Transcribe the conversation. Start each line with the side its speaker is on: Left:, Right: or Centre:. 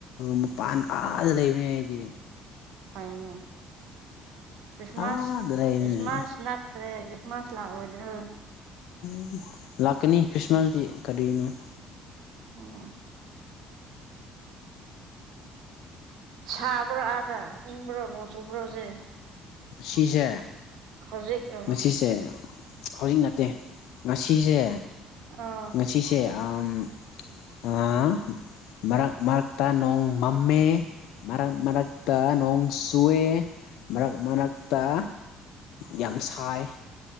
Left: ꯃꯄꯥꯟ ꯑꯥꯗ ꯂꯩꯕꯅꯦ ꯑꯩꯗꯤ
Right: ꯐꯩꯅꯦ ꯈ꯭ꯔꯤꯁꯃꯥꯁ
Left: ꯑꯥꯗ ꯂꯩꯕꯅꯦ
Right: ꯈ꯭ꯔꯤꯁꯃꯥꯁ ꯅꯛꯈ꯭ꯔꯦ <unintelligible> ꯃꯥꯁ ꯂꯥꯛꯔꯣꯏꯗ꯭ꯔꯣ
Left: <unintelligible> ꯂꯥꯛꯀꯅꯤ ꯈ‌꯭ꯔꯤꯁꯃꯥꯁ ꯇꯤ ꯀꯔꯤꯅꫭ
Right: ꯑꯣ ꯁꯥꯕ꯭ꯔꯣ ꯑꯥꯗ ꯏꯪꯕ꯭ꯔꯣ ꯅꯣꯡ ꯆꯨꯕ꯭ꯔꯣ ꯍꯪꯖꯤꯛ
Left: ꯁꯤꯖꯦ
Right: ꯍꯧꯖꯤꯛ ꯑꯣ
Left: ꯉꯁꯤꯁꯦ ꯍꯧꯖꯤꯛ ꯅꯠꯇꯦ ꯉꯁꯤꯖꯦ
Right: ꯑꯥ
Left: ꯉꯁꯤꯁꯦ <unintelligible> ꯃꯔꯛ ꯃꯔꯛꯇ ꯅꯣꯡ ꯃꯝꯃꯦ ꯃꯔꯛ ꯃꯔꯛꯇ ꯅꯣꯡ ꯆꯨꯋꯦ ꯃꯔꯛ ꯃꯔꯛ ꯇ ꯌꯥꯝ ꯁꯥꯏ